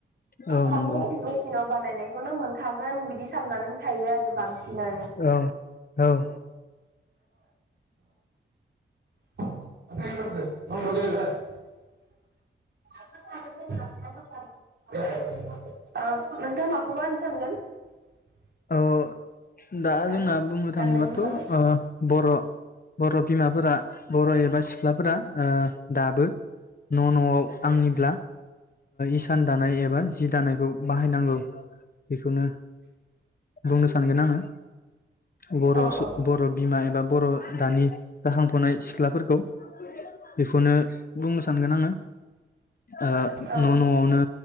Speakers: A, on the left (about 45°); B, on the right (about 60°).
A: औ
B: सानो
A: नंगौ
B: मेसिनाव बानायनाय बेखौनो मोनखागोन बिदि साननानै थायो आरो। बांसिन आरो
A: औ औ
B: <unintelligible> ओ नोंथां माखौबा होननो सानगोन?
A: औ दा
B: आरो
A: जोंना बुंनो थाङोब्लाथ'
B: गाननायनि बागै
A: ओ बर' बर' बिमाफोरा बर' एबा सिख सिख्लाफोरा ओ दाबो न' न'आव आंनिब्ला इसान दानाय एबा जि दानायखौ बाहायनांगौ। बेखौनो बुंनो सानगोन आङो। बर'
B: औ
A: सु
B: औ
A: बर' बिमा एबा बर' दानि जाखांफुनाय सिख्लाफोरखौ <unintelligible> बेखौनो बुंनो सानगोन आङो ओ न'
B: औ
A: न'आवनो